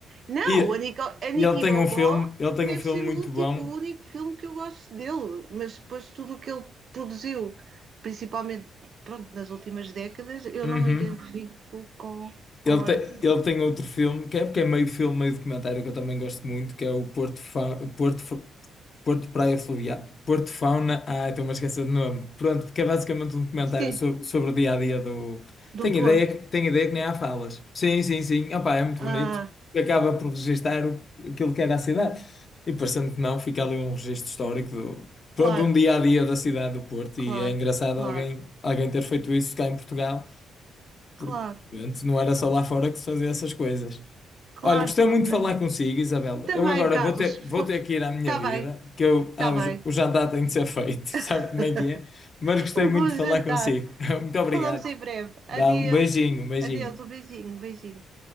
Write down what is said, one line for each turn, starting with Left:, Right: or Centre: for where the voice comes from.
Right: Não,
Left: E,
Right: o Anica, Anica
Left: e ele
Right: e
Left: tem
Right: Bobó
Left: um filme, ele tem
Right: deve
Left: um filme
Right: ser
Left: muito
Right: o, ulti,
Left: bom.
Right: o único filme que eu gosto dele, mas depois tudo o que ele produziu, principalmente, pronto, nas últimas décadas, eu
Left: Uhum.
Right: não me identifico com, com
Left: Ele tem,
Right: essa.
Left: ele tem outro filme, que é porque é meio filme, meio documentário, que eu também gosto muito, que é o Porto, Fa... Porto, Fa- Porto Praia Fluvial. Porto Fauna. Ah, estou-me a esquecer do nome. Pronto, porque é basicamente um documentário
Right: Sim,
Left: sobre, sobre o dia a dia do.
Right: do
Left: Tenho
Right: Porto.
Left: ideia, que- tenho ideia que nem há falas. Sim, sim, sim. Opá, é muito
Right: Ah,
Left: bonito. Acaba por registar o- aquilo que era a cidade. E parecendo que não, fica ali um registro histórico do. Pronto,
Right: claro,
Left: um dia a dia da cidade do Porto.
Right: claro,
Left: E é engraçado
Right: claro,
Left: alguém, alguém ter feito isso cá em Portugal
Right: claro,
Left: porque antes não era só lá fora que se fazia essas coisas.
Right: claro,
Left: Olha, gostei
Right: claro.
Left: muito
Right: Não,
Left: de falar consigo, Isabel.
Right: Também,
Left: Eu agora
Right: Carlos.
Left: vou ter, vou ter que ir à minha
Right: Está
Left: vida,
Right: bem,
Left: que eu,
Right: está
Left: ah,
Right: bem.
Left: o, j- o jantar tem de ser feito, <laughs> sabe
Right: <laughs>
Left: como é que é? Mas gostei
Right: Um
Left: muito
Right: bom
Left: de
Right: jantar.
Left: falar consigo. <laughs> Muito obrigado.
Right: Falamos em breve.
Left: Dá
Right: Adeus.
Left: um beijinho, um beijinho.
Right: Adeus, um beijinho, um beijinho.